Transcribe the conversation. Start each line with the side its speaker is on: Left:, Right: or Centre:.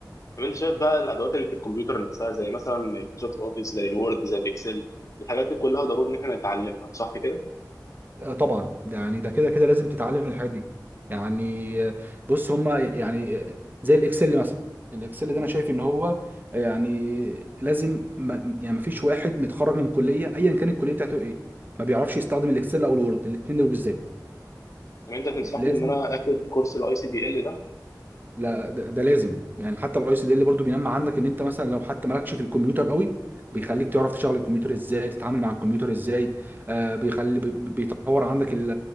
Left: طب انت شايف بقى الادوات اللي في الكمبيوتر نفسها زي مثلا مايكروسوفت اوفيس زي الوورد زي الاكسل الحاجات دي كلها ضروري ان احنا نتعلمها صح كده
Right: آه، طبعا يعني ده كده كده لازم تتعلم الحاجات دي يعني آه، بص هما يعني آه، زي الاكسل مثلا الاكسل ده انا شايف ان هو يعني لازم ما يعني ما فيش واحد متخرج من كليه ايا كانت الكليه بتاعته ايه ما بيعرفش يستخدم الاكسل او الوورد الاثنين دول بالذات
Left: طب انت تنصحني
Right: لازم
Left: ان انا اخد كورس الاي سي دي ال ده
Right: لا ده, ده لازم يعني حتى الاي سي دي اللي برضه بينمى عندك ان انت مثلا لو حتى مالكش في الكمبيوتر قوي بيخليك تعرف تشغل الكمبيوتر ازاي تتعامل مع الكمبيوتر ازاي آه بيخلي بي- بي- بيطور عندك ال-